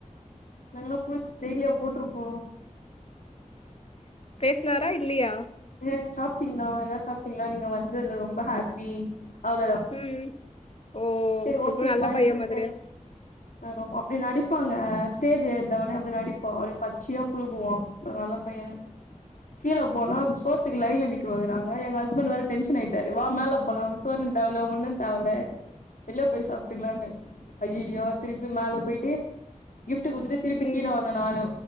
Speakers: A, on the left (about 75°); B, on the left (about 45°).
A: நாங்கனா புடிச்சு ஜெய்லியா போட்ரு போறோ
B: பேஸ்னார இல்லியா
A: <unintelligible> சாப்ட்டீங்களா எதாவ்து சாப்ட்டீங்களா நீங்க வந்ததுல ரொம்ப ஹேப்பி அவ்ளோதா
B: ம் ஓ
A: சரி ஓக்கே
B: ரொம்ப நல்ல
A: பாய்
B: பைய
A: சொல்ட்டு
B: மாதிரியா
A: ரோ அப்டி நடிப்பாங்க ஸ்டேஜ் ஏற்னவுடனே அப்டி நடிப்போ அப்டியே பச்சியா புழுகுவோ இவ நல்ல பையனு கீழே போனா சோத்துக்கு லைன்ல நிக்கவகறாங்க எங்க ஹஸ்பண்ட் வேற டென்ஷன் ஆய்ட்டாரு வா மேல போலா சோறு தேவல ஒன்னுந்தேவல வெள்ள போய் சாப்ட்டுக்லான்னு அய்யயோ திருப்பி மேல போய்ட்டு கிஃப்ட் குடுத்துட்டு திருப்பி
B: ம்
A: கீழே வ ந்து நானு